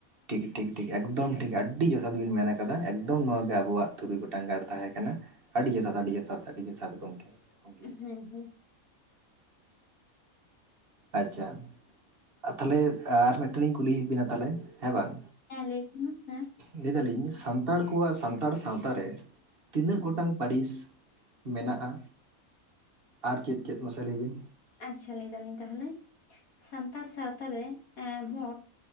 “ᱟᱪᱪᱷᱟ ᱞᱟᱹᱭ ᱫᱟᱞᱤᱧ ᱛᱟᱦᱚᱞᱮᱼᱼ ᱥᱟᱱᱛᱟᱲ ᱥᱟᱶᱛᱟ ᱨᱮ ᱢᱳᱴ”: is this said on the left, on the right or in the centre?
Left